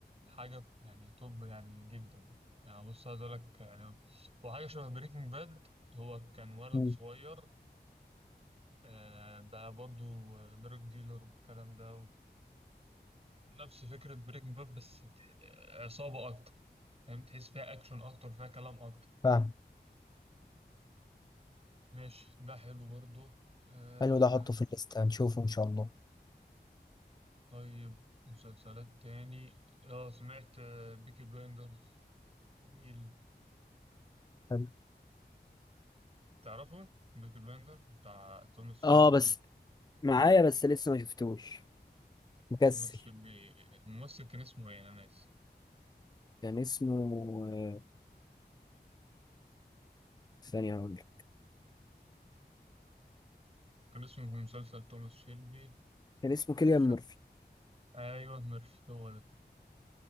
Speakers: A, on the right; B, on the left.
A: حاجة يعني توب يعني جدا يعني بص عايز اقول لك يعني هو حاجة شبه بريكنج باد هو كان ولد
B: مم.
A: صغير آه، ده برضو دراج ديلر والكلام ده ونفس فكرة بريكنج باد بس تح- عصابة أكتر فاهم تحس فيها أكشن أكتر فيها كلام أكتر
B: فاهم
A: ماشي ده حلو برضو آه
B: حلو ده احطه في الليسته هنشوفه ان شاء الله
A: طيب مسلسلات تاني اه سمعت آه بيكي بلايندرز جميل
B: حلو.
A: تعرفه بيكي بلايندرز بتاع توماس شيلبي
B: اه بس معايا بس لسه ما شفتوش مكسل
A: توماس شيلبي الممثل كان اسمه ايه انا ناسي
B: كان اسمه آه، ثانية هقول لك.
A: كان اسمه في مسلسل توماس شيلبي
B: كان اسمه كيليان
A: مش فاكر
B: مورفي
A: ايوه ميرفي هو ده